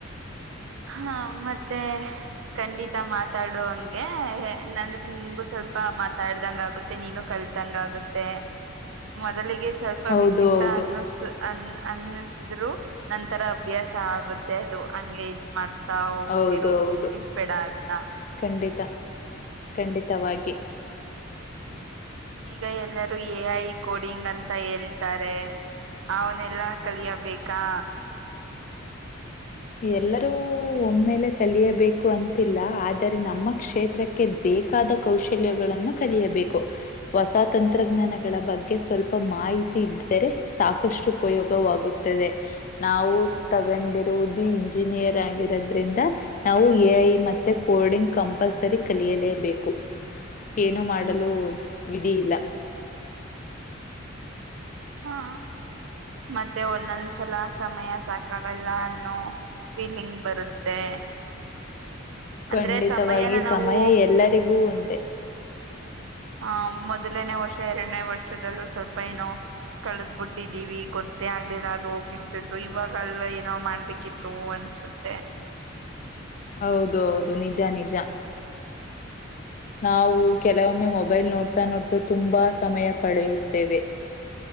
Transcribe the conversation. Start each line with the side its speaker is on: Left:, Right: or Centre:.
Right: ಹಾ ಮತ್ತೆ ಖಂಡಿತಾ ಮಾತಾಡುುವ ಹಂಗೆ ಅಂದ್ರೆ ನಿನ್ಗೂ ಸ್ವಲ್ಪ ಮಾತಾಡ್ದಂಗ ಆಗುತ್ತೆ ನೀನು ಕ ತಂಗ ಆಗುತ್ತೆ ಮೊದಲಿಗೆ ಸ್ವಲ್ಪ
Left: ಹೌದು
Right: ವಿಚಿತ್ರ
Left: ಹೌದು
Right: ಅನ್ನ ಅ ಅನ್ನಸಿದ್ರು ನಂತರ ಅಭ್ಯಾಸ ಆಗುತ್ತೆ ಅದು ಹಂಗೆ ಮಾಡ ಹತ <unintelligible> ಹೋಗ್ತಿರೋ
Left: ಹೌದು ಹೌದು
Right: ಬಿಟ್ಬೇಡ ಅಂತ
Left: ಖಂಡಿತ ಖಂಡಿತವಾಗಿ
Right: ಈಗ ಎಲ್ಲರೂ ಎ ಐ ಕೋಡಿಂಗ್ ಅಂತ ಹೇಳ್ತಾರೆ ಅವನೆಲ್ಲಾ ಕಲಿಯಬೇಕಾ
Left: ಎಲ್ಲರೂ ಒಮ್ಮೆಲೆ ಕಲಿಯಬೇಕು ಅಂತಿಲ್ಲ ಆದರೆ ನಮ್ಮ ಕ್ಷೇತ್ರಕ್ಕೆ ಬ ಬೇಕಾದ ಕೌಶಲ್ಯಗಳನ್ನು ಕಲಿಯಬೇಕು ಹೊಸ ತಂತ್ರಜ್ಞಾನಗಳ ಬಗ್ಗೆ ಸ್ವಲ್ಪ ಮಾಹಿ ತಿ <unintelligible> ಇದ್ದರೆ ಸಾಕಷ್ಟು ಉಪಯೋಗವಾಗುತ್ತದೆ ನಾವು ತಗೊಂಡಿರುವು ಇದು ಇಂಜಿನಿಯರ್ ಆಗಿರೋದ್ರಿಂದ ನಾವು ಎ ಐ ಮತ್ತೆ ಕೋಡಿಂಗ್ ಕಂಪಲ್ಸರಿ ಕಲಿಯಲೇ ಬೇಕು ಏನು ಮಾಡಲು ವಿಧಿ ಇಲ್ಲ
Right: ಹಾ ಮತ್ತೆ ಒಂದೊಂದ್ಸಲ ಸಮಯ ಸಾಕಾಗಲ್ಲ ಅನ್ನೋ ಫೀಲಿಂಗ್ ಬರುತ್ತೆ ಅಂದ್ರೆ
Left: ಖಂಡಿತವಾಗಿ
Right: ಸಮಯನ ನಾವು
Left: ಸಮಯ ಎಲ್ಲರಿಗೂ ಒಂದೇ
Right: ಹ ಮೊದಲನೇ ವರ್ಷ ಎರಡನೇ ವರ್ಷದಲ್ಲೂ ಸ್ವಲ್ಪ ಏನೋ ಕಳೆದ್ ಬಿಟ್ಟಿದ್ದೀವಿ ಗೊತ್ತ ಮತ್ತೆ ಆಗ್ಲಿಲ್ಲ ಅದು ಹೋಗಿದ್ದಿದ್ದು ಇವಾಗಲ್ಲ ಏನೋ್ ಮಾಡ್ಬೇಕಿತ್ತು ಅನ್ಸುತ್ತೆ
Left: ಹೌದು ಹೌದು ನಿಜ ನಿಜ ನಾವು ಕೆಲವೊಮ್ಮೆ ಮೊಬೈಲ್ ನೋಡ್ತೀವಿ ತ್ತ ನೊಟ್ಟು ತುಂಬಾ ಸಮಯ ಕಳೆಯುತ್ತೇವೆ